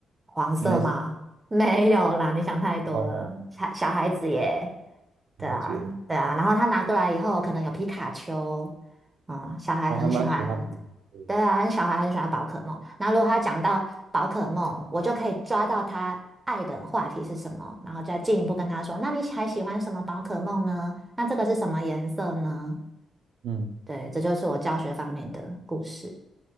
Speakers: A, on the right; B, on the right.
A: 黄色吗？
B: 没事，
A: <laughs> 没有啦，你想太多了，
B: 哦，
A: 小小孩子耶。对啊，
B: 了解，
A: 对啊，然后他拿过来以后，可能有皮卡丘，嗯，小孩很喜欢，
B: 我还蛮喜欢比例的，
A: 对啊，小孩很喜欢宝可梦。那如果他讲到宝可梦，我就可以抓到他爱的话题是什么，然后再进一步跟他说，那你还喜欢什么宝可梦呢？那这个是什么颜色呢？
B: 嗯。
A: 对，这就是我教学方面的故事。